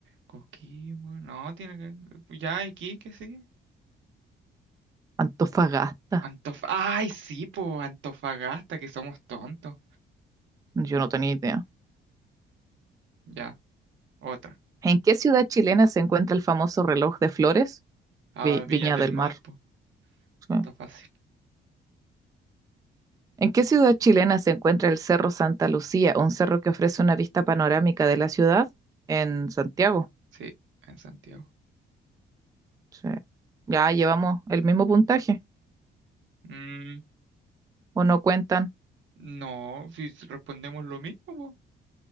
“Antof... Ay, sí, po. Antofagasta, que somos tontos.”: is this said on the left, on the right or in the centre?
Right